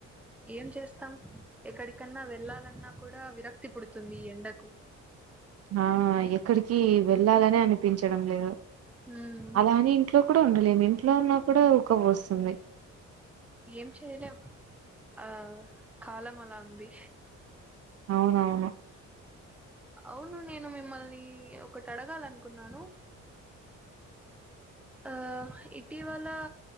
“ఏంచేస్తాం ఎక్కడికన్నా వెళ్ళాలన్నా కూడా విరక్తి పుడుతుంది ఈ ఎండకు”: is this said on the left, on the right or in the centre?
Centre